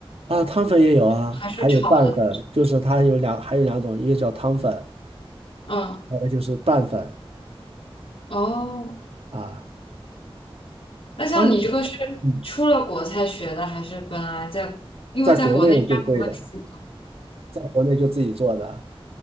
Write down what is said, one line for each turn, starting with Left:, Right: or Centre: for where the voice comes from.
Right: 啊，汤粉也有啊，
Left: 还是炒的？
Right: 还有拌粉，就是它有两，还有两种，一个叫汤粉，
Left: 嗯
Right: 还有一个就是拌粉
Left: 哦，
Right: 啊。
Left: 那像你这个是出了国才学的，
Right: 汤粉，嗯
Left: 还是本来在？因为在国内应该不会自己做
Right: 在国内就会的，在国内就自己做的。